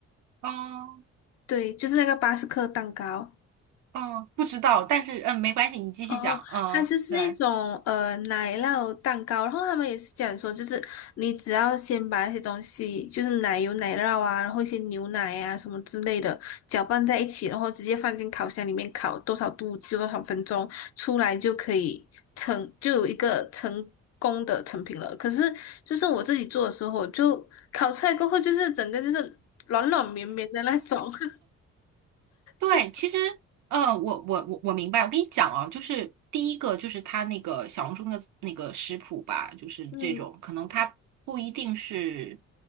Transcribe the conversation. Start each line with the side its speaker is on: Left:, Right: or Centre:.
Right: 哦
Left: 对，就是那个巴斯克蛋糕。
Right: 哦，不知道，但是嗯，没关系，你继续讲，
Left: 哦，
Right: 嗯，
Left: 它就是一种呃奶酪蛋糕，
Right: 对。
Left: 然后他们也是这样说，就是你只要先把那些东西，就是奶油、奶酪啊，然后一些牛奶啊什么之类的搅拌在一起，然后直接放进烤箱里面烤多少度就多少分钟，出来就可以成，就有一个成功的成品了。可是就是我自己做的时候，就烤出来过后，就是整个就是软软绵绵的那种。<laughs>
Right: 对，
Left: 对，
Right: 其实，呃，我我我我明白。我跟你讲啊，就是第一个就是他那个小红书的那个食谱吧，就是这种，
Left: 嗯
Right: 可能他不一定是